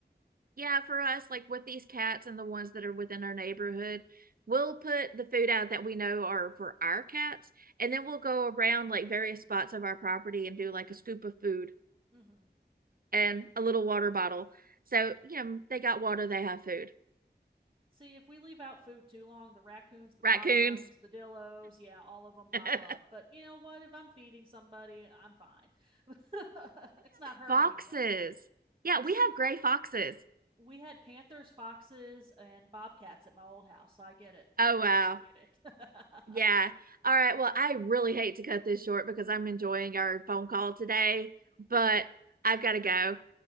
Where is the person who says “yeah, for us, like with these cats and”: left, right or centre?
Right